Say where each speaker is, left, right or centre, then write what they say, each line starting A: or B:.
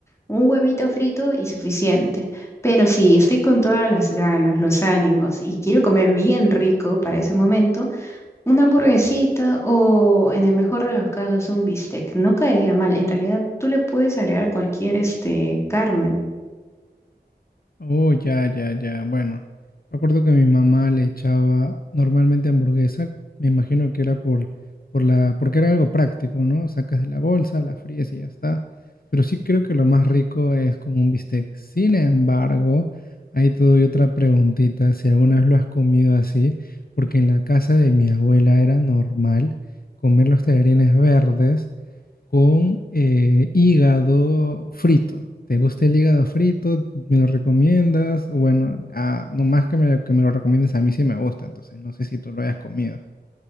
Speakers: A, on the left; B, on the left.
A: un huevito frito y suficiente. Pero si estoy con todas las ganas, los ánimos y quiero comer bien rico para ese momento, una hamburguesita o, en el mejor de los casos, un bistec. No caería mal. En realidad, tú le puedes agregar cualquier este, carne.
B: Oh, ya, ya, ya. Bueno, recuerdo que mi mamá le echaba normalmente hamburguesa. Me imagino que era por, por la, porque era algo práctico, ¿no? Sacas de la bolsa, la fríes y ya está. Pero sí creo que lo más rico es con un bistec. Sin embargo, ahí te doy otra preguntita, si alguna vez lo has comido así, porque en la casa de mi abuela era normal comer los tallarines verdes con eh, hígado frito. ¿Te gusta el hígado frito? ¿Me lo recomiendas? Bueno, ah, nomás que me, que me lo recomiendes, a mí sí me gusta, entonces no sé si tú lo hayas comido.